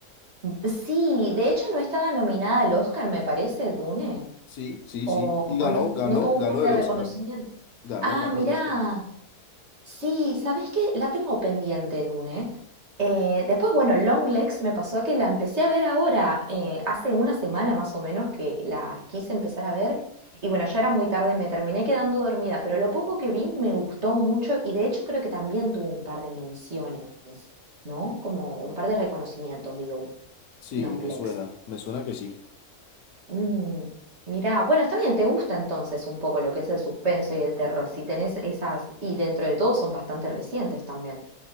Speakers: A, on the right; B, on the left.
A: Sí, de hecho no estaba nominada al Oscar, me parece, Dune.
B: Sí, sí,
A: O,
B: sí. Y ganó,
A: o no,
B: ganó,
A: no tuvo
B: ganó
A: un par de
B: el
A: reconocimientos.
B: Oscar. Ganó,
A: Ah,
B: ganó
A: mirá.
B: el Oscar.
A: Sí, ¿sabés qué? La tengo pendiente, Dune. Eh, después, bueno, Longlegs me pasó que la empecé a ver ahora, eh, hace una semana más o menos que la quise empezar a ver. Y bueno, ya era muy tarde y me terminé quedando dormida, pero lo poco que vi me gustó mucho y de hecho creo que también tuvo un par de menciones, ¿no? Como un par de reconocimientos, digo,
B: Sí,
A: Longlegs.
B: me suena, me suena que sí.
A: Mm, mirá, bueno, está bien, te gusta entonces un poco lo que es el suspenso y el terror, si tenés esas, y dentro de todo son bastante recientes también.